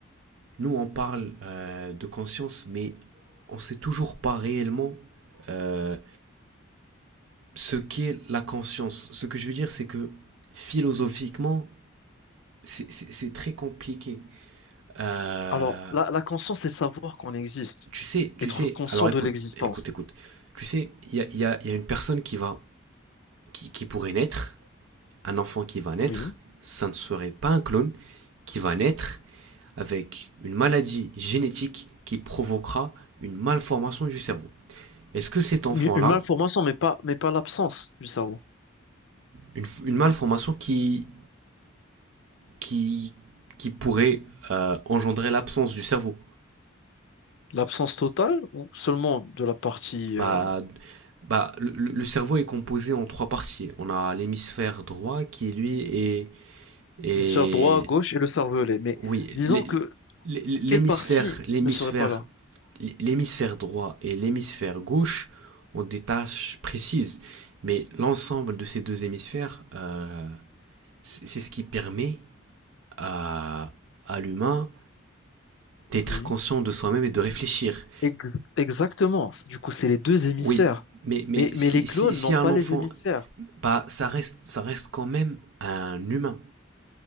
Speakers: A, on the right (about 65°); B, on the left (about 65°).
A: nous on parle euh, de conscience, mais on sait toujours pas réellement euh, ce qu'est la conscience. Ce que je veux dire, c'est que philosophiquement, c'est- c'est c'est très compliqué. Euh,
B: Alors, la, la conscience, c'est savoir qu'on existe,
A: Tu sais, tu
B: être
A: sais,
B: conscient
A: alors
B: de
A: écoute,
B: l'existence.
A: écoute, écoute. Tu sais, il y a, y a- y a une personne qui va, qui, qui pourrait naître, un enfant qui va naître,
B: Oui.
A: ça ne serait pas un clone, qui va naître avec une maladie génétique qui provoquera une malformation du cerveau. Est-ce que cet enfant-là,
B: Une une malformation, mais pas, mais pas l'absence du cerveau.
A: une, une malformation qui, qui, qui pourrait euh, engendrer l'absence du cerveau
B: L'absence totale ou seulement de la partie
A: Bah,
B: euh,
A: bah, le- le cerveau est composé en trois parties. On a l'hémisphère droit qui, lui, est Et
B: hémisphère droit, gauche et le cervelet. Mais
A: oui,
B: disons
A: l'hé-
B: que
A: l'hémisphère,
B: quelle partie
A: l'hémisphère,
B: ne serait pas là?
A: l'hémisphère droit et l'hémisphère gauche ont des tâches précises, mais l'ensemble de ces deux hémisphères, euh, c'est c'est ce qui permet à, à l'humain d'être
B: Oui.
A: conscient de soi-même et de réfléchir.
B: Ex- exactement. Du coup, c'est les deux hémisphères.
A: Oui, mais, mais
B: Mais,
A: si,
B: mais les clones
A: si, si
B: n'ont
A: un
B: pas
A: enfant,
B: les hémisphères.
A: bah, ça reste, ça reste quand même un humain.